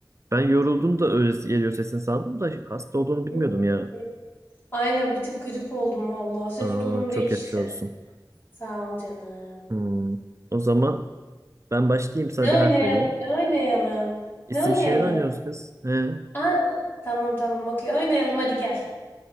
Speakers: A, on the right; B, on the left.
A: ben yoruldum da öyle geliyor sesin sandım da hasta olduğunu bilmiyordum
B: Yok,
A: ya.
B: be. Aynen bir tık grip oldum vallahi. Ses
A: Aa,
B: tonum
A: çok
B: değişti.
A: geçmiş olsun.
B: Sağ ol canım.
A: Hmm. O zaman ben başlayayım sana
B: Ne
A: bir
B: oynayalım?
A: harf vereyim.
B: Ne oynayalım?
A: İsim
B: Ne oynayalım?
A: şehir oynuyoruz kız. He.
B: Aa, tamam tamam okey oynayalım hadi gel.